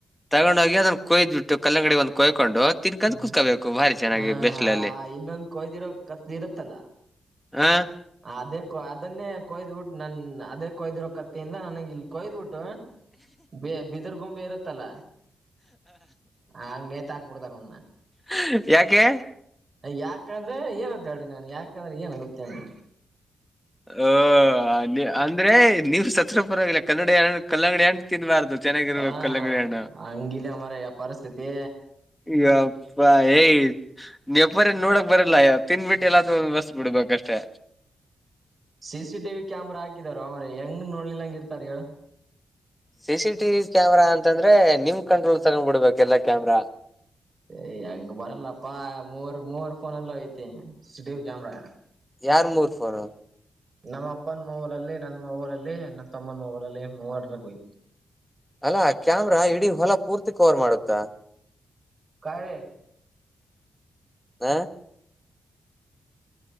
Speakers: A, in the centre; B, on the right.
A: ತಗೊಂಡು ಹೋಗಿ ಅದನ್ನ ಕೊಯ್ದ್ ಬಿಟ್ಟು ಕಲ್ಲಂಗಡಿ ಒಂದು ಕೊಯ್ಕೊಂಡು ತಿನ್ಕಂತ್ಕಂದು
B: ಹ್ಮ್
A: ಕುತ್ತ್ ಕೊಬೇಕು ಭಾರಿ ಚೆನ್ನಾಗಿ
B: ಹ
A: ಬೆಸ್ಲಲ್ಲಿ
B: ಇನ್ನೊಂದ್ ಕೊಯ್ದಿರೋ ಕತ್ಲಿ ಇರುತ್ತಲ್ಲ
A: ಹಾ
B: ಅದೇ ಅದನ್ನೇ ಕೊಯ್ದಟ್ಟು ನನ್ ಅದನ್ ಕೊಯ್ದಿರೋ ಕತ್ತೆಯಿಂದ ನನಗೆ ಇಲ್ ಕೊಯ್ದಟ್ಟು ಬ ಬಿದಿರ್ ಗೊಂಬೆ ಇರುತ್ತಲ್ಲಾ ಹಂಗ್ ನೇತ್ ಹಾಕ್ಬಿಡ್ತಾನೆ ಅವನ್ನ
A: ಅ‌ ಯಾಕೆ
B: ಯಾಕಂದ್ರೆ ಏನ್ ಅಂತ ಹೇಳಿ ನಾನ್ ಯಾಕಂದ್ರೆ ಏನ್ ಗೊತ್ತೇನೆ
A: ಹ ಅಂದ್ರೆ ನೀವ್ ಸತ್ರೂ ಪರವಾಗಿಲ್ಲ ಕಲ್ಲಂಡಿ ಕಲ್ಲಂಗಡಿ ತಿನ್ಬಾರ್ದು ಚೆನ್ನಾಗಿರ್ಬೇಕು
B: ಹಾ
A: ಕಲ್ಲಂಗಡಿ ಹಣ್ಣು
B: ಹಂಗಿದೆ ಮಾರಾಯ ಪರಿಸ್ಥಿತಿ
A: ಯಪ್ಪ ಏ <unintelligible> ಏನ್ ನೋಡಕ್ ಬರಲ್ಲ ತಿಿಂದನ್ಬಿಟ್ಟ ಎಲ್ಲಾದ್ರೂ <unintelligible> ಬಿಡ್ಬೇಕಷ್ಟೇ
B: ಸಿ ಸಿ ಟಿ ಕ್ಯಾಮರಾ ಹಾಕಿದಾರೋ ಮಾರಾಯ ಹೆಂಗ್ ನೋಡ್ಲಿಲ್ಲಂಗ ಇರ್ತಾರೆ ಹೇಳ್
A: C C T V camera ಅಂತಂದ್ರೆ ನಿಮ್ ಕಂಟ್ರೋಲ್ಗ್ ತಗೊಂಡ್ ಬಿಡ್ಬೇಕ್ ಎಲ್ಲಾ ಕ್ಯಾಮರಾ
B: ಏ್ ಹೆಂಗ್ ಬರಲ್ಲಪ್ಪ ಮೂವರ್ ಮೂವರ್ ಫೋನಲ್ ಐತಿ <unintelligible> ಟಿ ವಿ ಕ್ಯಾಮ್ರಾ
A: ಯಾರ್ ಮೂರ್ ಫೋನ್
B: ನಮ್ಮ್ ಅಪ್ಪನ್ ಮೊಬೈಲ್ ಅಲ್ಲಿ ನನ್ ಮೊಬಲ್ ಅಲ್ಲಿ ನಮ್ಮ್ ತಮ್ಮನ್ನು ಮೊಬೈಲ್ ಅಲ್ಲಿ ಮೂವರ್ <unintelligible>
A: ಅಲ್ಲಾ ಕ್ಯಾಮ್ರಾ ಇಡೀ ಹೊಲ ಪೂರ್ತಿ ಕವರ್ ಮಾಡುತ್ತಾ
B: ಕಾ <unintelligible> ರೆ
A: ಹಾ